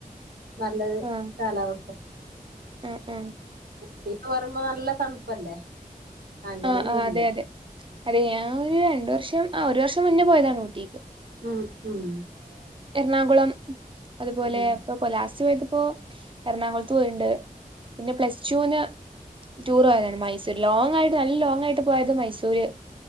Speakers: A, on the right; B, on the right.
A: നല്ലൊരു
B: ആഹ്
A: കാലാവസ്ഥ
B: ആഹ് ആഹ്
A: ഊട്ടിന്ന് പറയുമ്പോ നല്ല തണുപ്പല്ലേ അങ്ങനൊന്നുല്ല
B: ആഹ് ആഹ് അതെ അതെ <unintelligible> ഒരു രണ്ടു വർഷം ആ ഒരു വർഷം മുന്നേ പോയതാണ് ഊട്ടീക്ക്
A: ഉം ഉം
B: ണാകുളം അതുപോലെ
A: ഉം
B: ഇപ്പ ലാസ്റ്റ് <unintelligible> ഇപ്പോ എറണാകുളത്ത് പോയിണ്ട് പിന്നെ പ്ലസ് ടുന്ന് ടൂർ പോയതാണ് മൈസൂർ ലോങ് ആയി- നല്ല ലോങ് ആയിട്ട് പോയത് മൈസൂര്